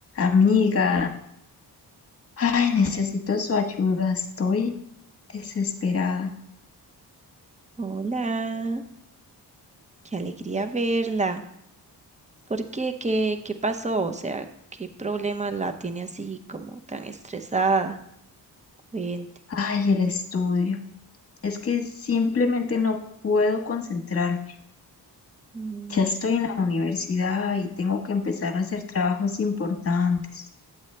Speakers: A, on the left (about 35°); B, on the right (about 15°).
A: Amiga, ay, necesito su ayuda, estoy desesperada.
B: Hola, qué alegría verla. ¿Por qué? ¿Qué, qué pasó? O sea, ¿qué problema la tiene así como tan estresada? Cuente.
A: Ay, el estudio. Es que simplemente no puedo concentrarme.
B: Mm,
A: Ya estoy en la universidad y tengo que empezar a hacer trabajos importantes.